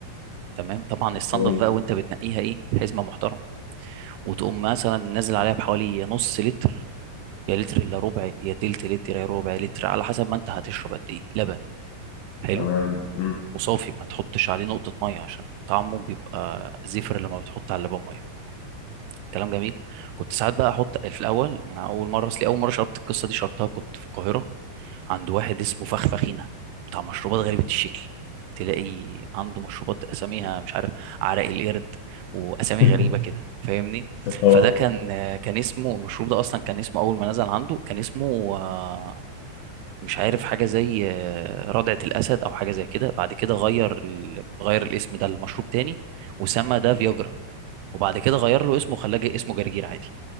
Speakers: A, on the right (about 85°); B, on the left (about 70°).
A: تمام طبعا الصنف
B: أوه.
A: بقى وانت بتنقيها ايه حزمه محترمه وتقوم مثلا نازل عليها بحوالي يا نص لتر يا لتر الا ربع يا تلت لتر يا ربع لتر على حسب ما انت هتشرب قد ايه لبن حلو
B: تمام مم.
A: وصافي ما تحطش عليه نقطه ميه عشان طعمه بيبقى زفر لما بتحط على اللبن ميه كلام جميل كنت ساعات بقى احط في الاول انا اول مره اصلي اول مره شربت القصه دي شربتها كنت في القاهره عند واحد اسمه فخفخينه بتاع مشروبات غريبه الشكل تلاقي عنده مشروبات اساميها مش عارف عرق القرد واسامي
B: <laughs>
A: غريبه كده فاهمني
B: اه
A: فده كان كان اسمه المشروب ده اصلا كان اسمه اول ما نزل عنده كان اسمه آه، مش عارف حاجه زي آه، ردعه الاسد او حاجه زي كده بعد كده غير ال... غير الاسم ده لمشروب تاني وسمى ده فياجرا وبعد كده غير له اسمه وخلاه جا- اسمه جرجير عادي